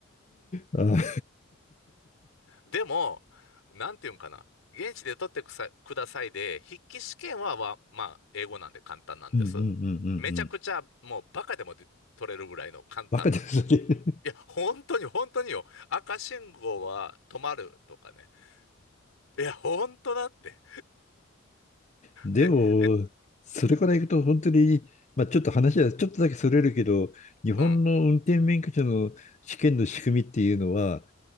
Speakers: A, on the left; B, on the left.
A: あ。あー
B: でも、なんていうんかな。現地で取ってくさくださいで、筆記試験は、はまあ、英語なんで簡単なんです。
A: <laughs> うんうんうんうんうん。
B: めちゃくちゃ、もうバカでもで取れるぐらいの簡単な。
A: バカですね。
B: いや、本当に本当によ。赤信号は止まるとかね。いや、本当だって。
A: でも、
B: で、え、
A: それからいくと本当に、まあ、ちょっと話はちょっとだけそれるけど、日本の運転免許証の試験の仕組みっていうのは
B: うん。